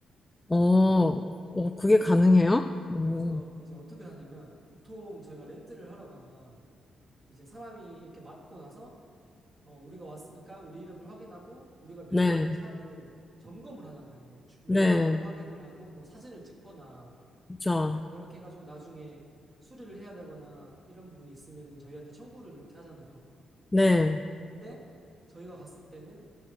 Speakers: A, on the left; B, on the right.
A: 어, 어, 그게 가능해요? 어,
B: 그래서 이제 어떻게 하냐면 보통 저희가 렌트를 하러 가면 이제 사람이 이렇게 맞고 나서 어, 우리가 왔으니까 우리 이름을 확인하고 우리가 빌려야
A: 네,
B: 되는 차를 점검을 하잖아요. 주- 외관을
A: 네,
B: 확인을 하고 뭐 사진을 찍거나
A: 그쵸.
B: 뭐 이렇게 해가지고 나중에 수리를 해야 되거나 이런 부분이 있으면은 저희한테 청구를 이렇게 하잖아요.
A: 네,
B: 근데 저희가 갔을 때는